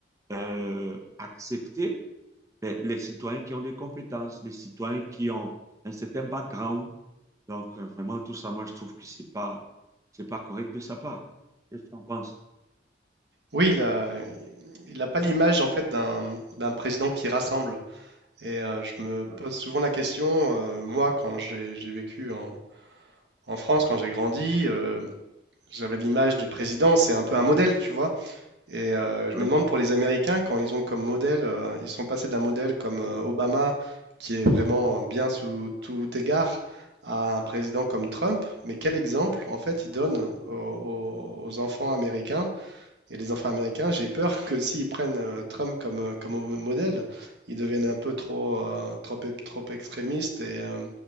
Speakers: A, on the right (about 20°); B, on the right (about 70°).
A: euh, accepter ben, les citoyens qui ont des compétences, les citoyens qui ont un certain background. Donc, euh, vraiment, tout ça, moi, je trouve que c'est pas, c'est pas correct de sa part. Qu'est-ce que tu en penses?
B: Oui, il a, il n'a pas l'image en fait d'un, d'un président qui rassemble. Et euh, je me
A: Ouais.
B: pose souvent la question, euh, moi, quand j'ai, j'ai vécu en, en France, quand j'ai grandi, euh, j'avais l'image du président, c'est un peu un modèle, tu vois. Et euh, je
A: Ouais.
B: me demande pour les Américains, quand ils ont comme modèle, euh, ils sont passés d'un modèle comme euh, Obama, qui est vraiment bien sous tout égard, à un président comme Trump, mais quel exemple en fait ils donnent aux, aux- aux enfants américains? Et les enfants américains, j'ai peur que s'ils prennent euh, Trump comme, euh, comme mo- modèle, ils deviennent un peu trop, euh, trop, e- trop extrémistes et, euh,